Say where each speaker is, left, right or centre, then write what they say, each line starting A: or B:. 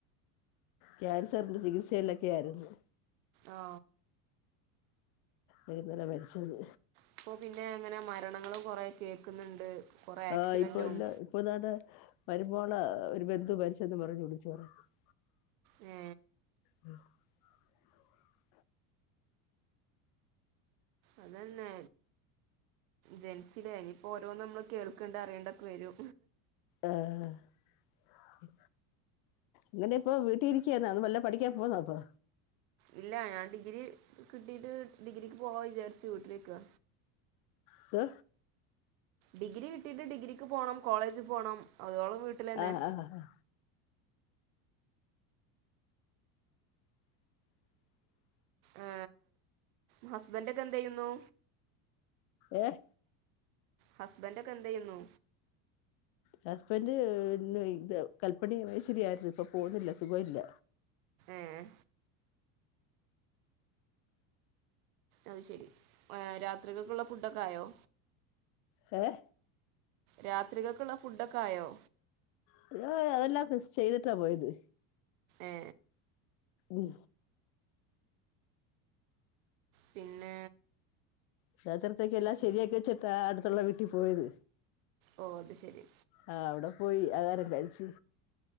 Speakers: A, on the left (about 55°); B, on the right (about 80°).
A: ക്യാൻസറിന്റെ ചികിത്സയിലൊക്കെ ആയിരുന്നു...
B: ഓ
A: ഇഴുന്നല്ല <unintelligible> മരിച്ചത്
B: അപ്പൊ പിന്നെ അങ്ങനെ മരണങ്ങളും കൊറെ കേക്കുന്നുണ്ട്. കൊറേ ആക്സിഡന്റും
A: ആഹ് ഇപ്പൊ എല്ലാ ഇപ്പൊതാണ്ടേ... വരുമ്പോളെ <unintelligible> ഒരു ബന്ധു പരിച്ചന്ന് പറഞ്ഞ് വിളിച്ചു പറു <unintelligible>
B: ഏ...
A: ഉ <unintelligible>
B: അതന്നെ.. ജെനിചിലെ. ഇനിപ്പോ ഓരോന്നു നമ്മൾ കേൾക്കണ്ട അറിയണ്ടൊക്കെ വരു..
A: ആ, ഹ്, ഹ,... ങ്ങനെ ഇപ്പൊ വീട്ടി ഇരികിരുന്നോ അതോ വല്ല പഠിക്യാൻ പോന്നോപ്പൊ...
B: ഇല്ല ഞാൻ ഡിഗ്രി കിട്ടീട്ട് ഡിഗ്രിക്ക് പോവാ വിചാരിച്ചു വീട്ടിലിരിക...
A: ഇത്
B: ഡിഗ്രി കിട്ടിട്ട് ഡിഗ്രിക്ക് പോണം കോളേജ് പോണം അതോളം... വീട്ടിലന്നെ
A: ആഹ, ആ, ഹ,
B: ആ ആ ഹസ്ബൻറ്ക്കെ എന്ത്യ്യുന്നു..
A: ഏഹ?
B: ഹസ്ബന്റ് ക്കെ എന്ത് യ്യുന്നു
A: ഹസ്ബന്ഡ് ഇന്ന്. ഇത്. കല്പ്പണി മേശരിയിരുന്നു. ഇപ്പൊ പോന്നില്ല. സുഖ്ല്ല
B: ഏ.. അത് ശെരി. <unintelligible> രാത്ര ക ക്ക് ഉള്ള ഫുഡൊക്കെ ആയോ
A: ഹഏ
B: രാത്ര കക്കുള്ള ഫുഡൊക്കെ ആയോ.
A: <unintelligible> അതെല്ലാം ചെയ്തിട്ടി പോയത്
B: ഏ..
A: ഉ,,,
B: പിന്നെ...
A: ക്ഷത്രത്തേക് എല്ലാം ശരിയാക്കി വെച്ചിട്ടാ അടുത്തുള്ള വീട്ടി പോയത്...
B: ഓ അത് ശരി
A: ആഹ അവിടെ പോയി ആഹാരം കഴിച്...